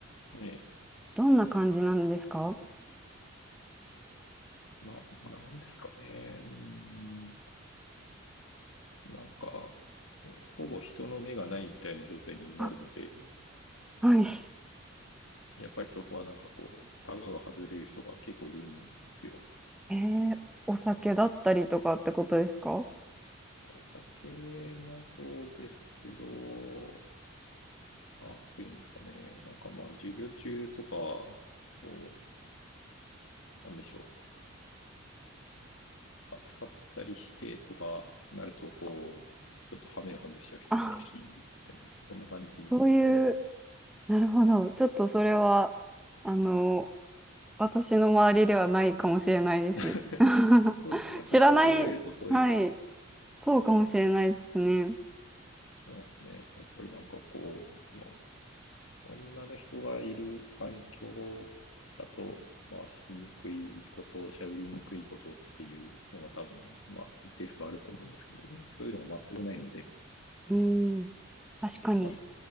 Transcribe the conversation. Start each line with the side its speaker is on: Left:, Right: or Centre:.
Left: え、ね
Centre: どんな感じなんですか
Left: え、な、なんですかね。うん、なんか、ほぼ人の目がないみたいな状態になるので、
Centre: あ、はい。
Left: やっぱりそこはなんかこう、タガが外れる人が結構いるんですよ。
Centre: <laughs> えー、お酒だったりとかってことですか
Left: お酒もそうですけど、なんて言うんですかね。なんかまあ、授業中とか、こう、なんでしょう。暑かったりしてとかなると、こう、ちょっと羽目を外しちゃう人もいるし、
Centre: あ、
Left: みたいな、そんな感じですかね。
Centre: そういうなるほど。ちょっとそれは、あの、私の周りではないかもしれないです。
Left: <laughs>
Centre: <laughs>
Left: そうです。やっぱ女性がいるとそういうのは、
Centre: 知らない、はい、そうかもしれないですね。
Left: そうですね。やっぱりなんかこう、もう女の人がいる環境だと、まあ、しにくいこと、しゃべりにくいことっていうのが多分、まあ、一定数あると思うんですけど、そういうのが全くないので、
Centre: うん、確かに。
Left: まあ、